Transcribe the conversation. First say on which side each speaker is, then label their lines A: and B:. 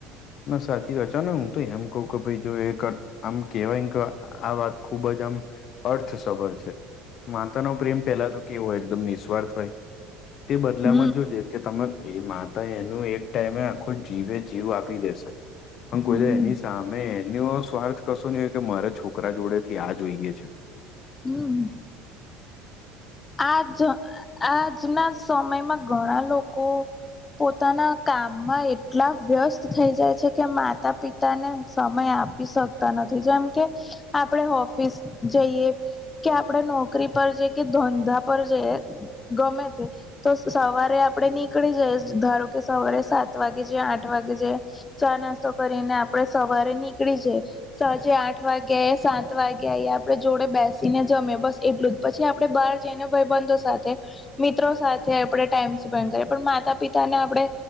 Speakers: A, on the left (about 45°); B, on the left (about 20°).
A: ના સાચી વાત છેન હું તો એ આમ કવ કે ભાઈ જો એમ આમ કેવાય કાક આ વાત ખૂબ જ આમ અર્થસભર છે. માતા નો પ્રેમ પહેલા તો કેવો હોય એકદમ નિઃસ્વાર્થ હોય. તે બદલામાં
B: હમ
A: જોજે કે તમે એ માતા એનું એક ટાઈમે આખું જીવે જીવ આપી દે શે. પણ
B: હમ
A: કોઈ તો એની સા મે એનો સ્વાર્થ કશો ની હોય કે મારા છોકરા જોડે થી આ જોઈએ છે.
B: હમ્મ. આજ આજના સમયમાં ઘણા લોકો પોતાના કામમાં એટલા વ્યસ્ત થઈ જાય છે કે માતા પિતા તાને સમય આપી શકતા નથી. જેમ કે આપણે ઓફિસ જઈએ કે આપણે નોકરી પર જ કે ધંધા પર જઈએ ગમે તે તો સવારે આપડે નીકળી જઈ ધારો કે સવારે સાત વાગે જે આઠ વાગે જે ચા નાસ્તો કરીને આપડે સવારે નીકળી જઈ સાજે આઠ વાગ્યા સાત વાગ્યા આપડે જોડે બેસી ને જમે બસ એટલું જ. પછી આપડે બહાર જઈ ને ભાઈબંધો સાથે મિત્રો સાથે આપડે ટાઈમ સ્પેન્ડ કરે પણ માતા પિતા ને આપડે